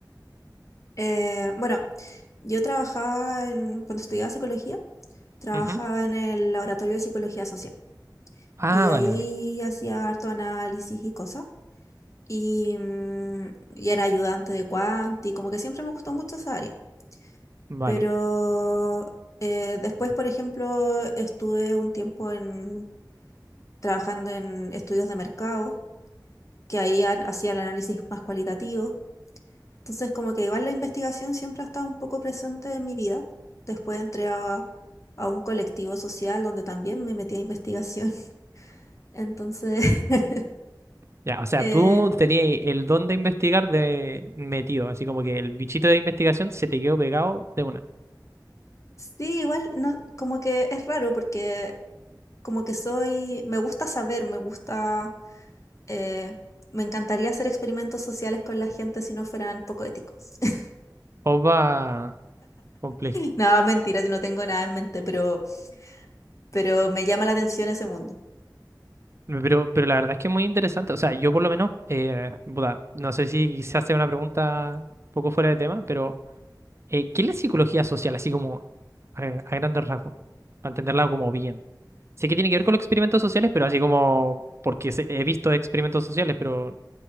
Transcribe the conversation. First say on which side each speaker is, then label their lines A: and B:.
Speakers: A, on the left; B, on the right.
A: Eh, bueno, yo trabajaba en, cuando estudiaba psicología, trabajaba
B: Ujú.
A: en el laboratorio de psicología social.
B: Ah,
A: Y ahí
B: vale, vale,
A: hacía harto análisis y cosas. Y, mm, y era ayudante de cuanti, como que siempre me gustó mucho esa área.
B: vale.
A: Pero eh, después, por ejemplo, estuve un tiempo en, trabajando en estudios de mercado, que ahí ha- hacía el análisis más cualitativo. Entonces, como que igual la investigación siempre ha estado un poco presente en mi vida. Después entré a, a un colectivo social donde también me metí a investigación. <laughs> Entonces, <laughs>
B: Ya, o sea,
A: eh,
B: tú tenías el don de investigar de metido, así como que el bichito de investigación se te quedó pegado de una.
A: Sí, igual no, como que es raro porque como que soy, me gusta saber, me gusta, eh, me encantaría hacer experimentos sociales con la gente si no fueran poco éticos. <laughs>
B: Opa, complejo.
A: No, mentira, yo no tengo nada en mente, pero, pero me llama la atención ese mundo.
B: Pero, pero la verdad es que es muy interesante. O sea, yo por lo menos, eh, puta, no sé si quizás sea una pregunta un poco fuera de tema, pero eh, ¿qué es la psicología social? Así como a, a grandes rasgos, para entenderla como bien. Sé que tiene que ver con los experimentos sociales, pero así como porque se- he visto experimentos sociales, pero